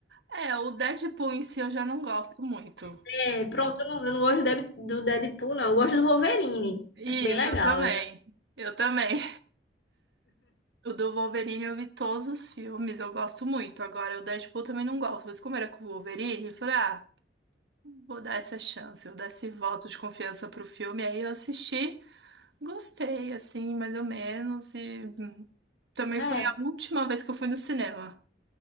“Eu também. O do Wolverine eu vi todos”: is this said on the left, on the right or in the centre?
Right